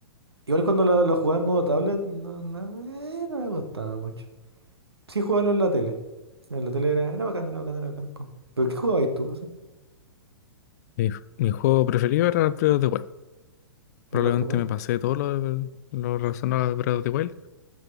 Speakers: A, on the right; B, on the left.
A: Igual cuando lo, lo jugaba en modo tablet, no, no, eh, no me gustaba mucho. Sí jugarlo en la tele. En la tele era, era bacán, era bacán, era bacán. po. ¿Pero qué jugabais tú así?
B: Mi, mi juego preferido era el Breath of the Wild. Probablemente
A: Breath of the Wild.
B: me pasé todo lo, lo relacionado al Breath of the Wild.